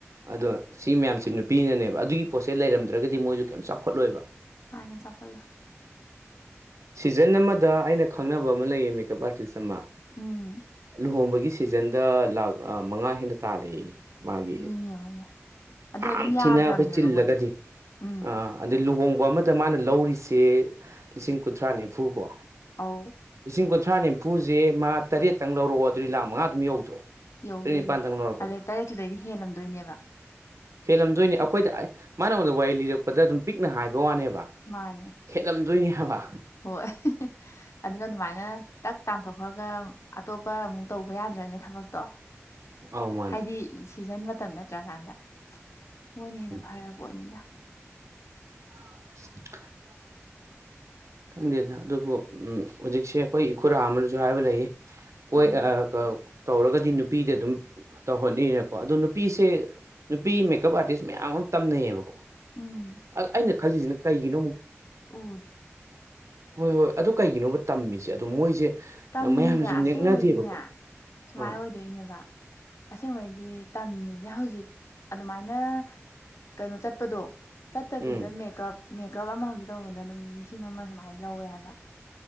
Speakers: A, on the right (about 85°); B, on the left (about 70°).
A: ꯑꯗꯣ ꯁꯤ ꯃꯌꯥꯝꯁꯦ ꯅꯨꯄꯤꯅꯅꯦꯕ ꯑꯗꯨꯒꯤ ꯄꯣꯠꯁꯦ ꯂꯩꯔꯝꯗ꯭ꯔꯒꯗꯤ ꯃꯣꯏꯁꯨ ꯀꯩꯝ ꯆꯥꯎꯈꯠꯂꯣꯏꯕ
B: ꯃꯥꯥꯟꯅꯦ ꯆꯥꯎꯈꯠꯂꯣꯢ
A: ꯁꯤꯖꯟ ꯑꯃꯗ ꯑꯩꯅ ꯈꯪꯅꯕ ꯑꯃ ꯂꯩꯌꯦ ꯃꯦꯀꯞ ꯑꯥꯔꯇꯤꯁ ꯑꯃ
B: ꯎꯝ
A: ꯂꯨꯍꯣꯡꯕꯒꯤ ꯁꯤꯖꯟꯗ ꯂꯥꯛ ꯃꯉꯥ ꯍꯦꯟꯅ ꯇꯥꯜꯂꯦꯌꯦ ꯃꯥꯒꯤ
B: ꯑꯗꯨꯅꯤ ꯌꯦꯡꯉꯣꯅꯦ ꯑꯗꯨꯅ
A: ꯌꯥꯝ
B: ꯑꯗꯨꯝ ꯌꯥꯈ꯭ꯔꯕꯅꯦꯕ
A: ꯊꯤꯅ ꯑꯩꯈꯣꯏ ꯆꯤꯜꯂꯒꯗꯤ
B: ꯃꯣꯏꯗꯤ ꯎꯝ
A: ꯑ ꯑꯗꯨꯗꯩ ꯂꯨꯍꯣꯡ ꯑꯃꯗ ꯃꯥꯅ ꯂꯧꯔꯤꯁꯦ ꯂꯤꯁꯤꯡ ꯀꯨꯟꯊ꯭ꯔꯥ ꯅꯤꯐꯨ ꯀꯣ
B: ꯑꯧ
A: ꯂꯤꯁꯤꯡ ꯀꯨꯟꯊ꯭ꯔꯥ ꯅꯤꯐꯨꯁꯦ ꯃꯥꯥ ꯇꯔꯦꯠꯇꯪ ꯂꯧꯔꯛꯑꯣ ꯑꯗꯨꯗꯤ ꯂꯥꯛ ꯃꯉꯥ ꯑꯗꯨꯝ ꯌꯧꯗ꯭ꯔꯣ
B: ꯌꯧꯗꯣꯏꯅꯦ
A: ꯇꯔꯦꯠ ꯅꯤꯄꯥꯟꯗꯪ ꯂꯧꯔꯛꯄꯗ
B: ꯑꯔꯩ ꯇꯔꯦꯠꯇꯨꯗꯩꯗꯤ ꯍꯦꯜꯂꯝꯗꯣꯏꯅꯦꯕ
A: ꯍꯦꯜꯂꯝꯗꯣꯏꯅꯤ ꯑꯩꯈꯣꯏꯗ ꯃꯥꯅꯉꯣꯟꯗ ꯋꯥꯔꯤ ꯂꯤꯔꯛꯄꯗ ꯑꯗꯨꯝ ꯄꯤꯛꯅ ꯍꯥꯏꯕ ꯍꯥꯏꯕ ꯋꯥꯅꯦꯕ
B: ꯃꯥꯅꯦ
A: ꯍꯦꯠꯂꯝꯗꯣꯏꯅꯦ ꯍꯥꯏꯕ
B: ꯍꯣꯏ ꯑꯗꯨꯅ ꯑꯗꯨꯃꯥꯏꯅ ꯇꯛ ꯇꯥꯟꯊꯣꯛꯈ꯭ꯔꯒ ꯑꯇꯣꯞꯄ ꯑꯃꯨꯛ ꯇꯧꯕ ꯌꯥꯗ꯭ꯔꯅꯦ ꯊꯕꯛꯇꯣ
A: ꯑꯧ ꯃꯥꯅꯦ
B: ꯍꯥꯏꯗꯤ ꯁꯤꯖꯟ ꯃꯇꯝ ꯅꯠꯇ꯭ꯔꯀꯥꯟꯗ ꯃꯣꯏꯅ ꯍꯦꯟꯅ
A: ꯎꯝ
B: ꯐꯔ ꯄꯣꯠꯅꯤꯗ
A: <inaudible> ꯈꯪꯗꯦꯗ ꯑꯗꯨꯕꯨ ꯍꯧꯖꯤꯛꯁꯦ ꯑꯩꯈꯣꯏ ꯏꯈꯨꯔꯥ ꯑꯃꯅꯁꯨ ꯍꯥꯏꯕ ꯂꯩꯌꯦ ꯀꯣꯏ
B: ꯎꯝ
A: ꯀꯧꯔꯒꯗꯤ ꯅꯨꯄꯤꯗ ꯑꯗꯨꯝ ꯇꯧꯍꯣꯅꯅꯀꯣ ꯑꯗꯣ ꯅꯨꯄꯤꯁꯦ ꯅꯨꯄꯤ ꯃꯦꯀꯞ ꯑꯥꯔꯇꯤꯁ ꯃꯌꯥꯝ ꯑꯃ ꯇꯝꯅꯩꯌꯦꯕꯀꯣ
B: ꯎꯝ
A: ꯑ ꯑꯩꯅ ꯈꯜꯂꯤꯁꯤꯅ ꯀꯩꯒꯤꯅꯣ ꯑꯃꯨꯛ
B: ꯑꯣ
A: ꯍꯣꯏ ꯍꯣꯏ ꯑꯗꯨ ꯀꯩꯒꯤꯅꯣꯕ ꯇꯝꯃꯤꯁꯦ ꯑꯗꯣ ꯃꯣꯏꯁꯦ
B: ꯇꯝꯃꯤꯁꯦ
A: ꯃꯌꯥꯝꯅꯁꯨ ꯅꯦꯛꯅꯗꯦꯕꯀꯣ
B: ꯑꯁꯦꯡꯕꯒꯤꯅꯦ ꯁꯨꯃꯥꯏꯅ
A: ꯑꯥ
B: ꯑꯣꯏꯗꯣꯏꯅꯦꯕ ꯑꯁꯦꯡꯕꯩꯗꯤ ꯇꯝꯃꯤꯁꯦ ꯍꯧꯖꯤꯛ ꯑꯗꯨꯃꯥꯏꯅ ꯀꯩꯅꯣ ꯆꯠꯄꯗꯣ ꯆꯠꯇꯕꯤꯗ
A: ꯎꯝ
B: ꯃꯦꯀꯞ ꯃꯦꯀꯞ ꯑꯃꯐꯁꯨ ꯇꯧꯕꯗ ꯑꯗꯨꯝ ꯂꯤꯁꯤꯡ ꯑꯃ ꯁꯨꯃꯥꯏꯅ ꯂꯧꯋꯦ ꯍꯥꯏꯕ